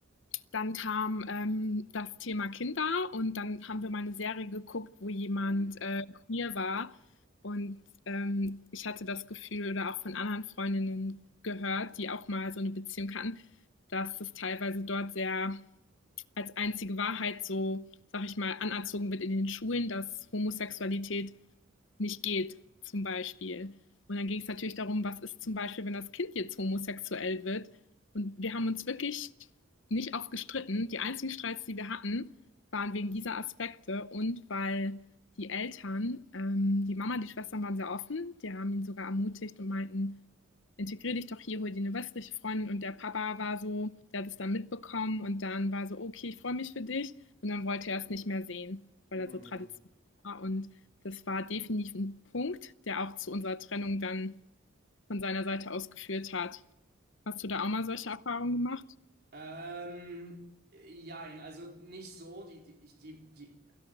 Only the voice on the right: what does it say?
Hm.
Hm.
Ähm, jein, also nicht so. Die, die, ich- die, die,